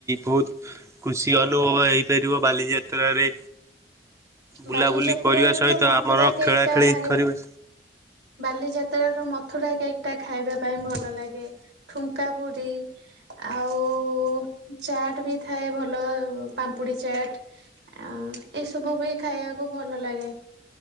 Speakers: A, on the right; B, on the right.
A: ବହୁତ, ଖୁସି ଅନୁଭବ ହେଇପାରିବ, ବାଲିଯାତ୍ରାରେ। ବୁଲାବୁଲି
B: ବାଲିଯାତ୍ରାରେ
A: କରିବା ସହିତ
B: ତ, ମଥୁରା
A: ଆମର
B: କେକ୍
A: ଖେଳା
B: ଟା
A: ଖେଳି
B: ଭାରି,
A: କରିବା
B: ବାଲିଯାତ୍ରାର, ମଥୁରା କେକ୍ ଟା ଖାଇବା ପାଇଁ ଭଲ ଲାଗେ। ଠୁଙ୍କା ପୁରୀ, ଆଉ ଚାଟ ବି ଥାଏ ଭଲ। ପାମ୍ପୁଡି ଚାଟ, ଆ, ଏଇସବୁ ବି, ଖାଇବାକୁ ଭଲ ଲାଗେ।